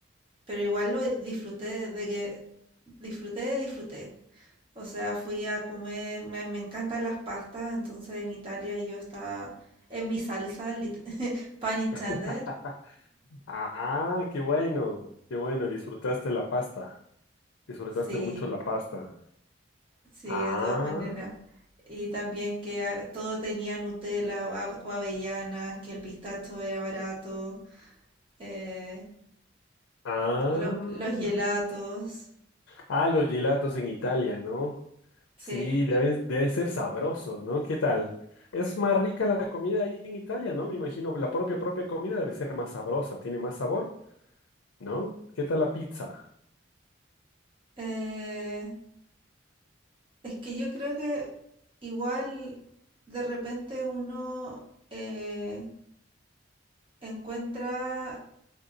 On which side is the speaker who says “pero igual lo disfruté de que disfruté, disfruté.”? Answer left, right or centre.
Right